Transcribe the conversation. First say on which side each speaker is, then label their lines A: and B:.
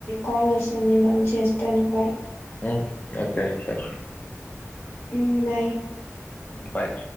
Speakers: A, on the left; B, on the left.
A: కాల్ వస్తంది మళ్ళీ చేస్తాను బాయ్
B: మ్ కరెక్టే అంతే
A: మ్ బాయ్
B: బాయ్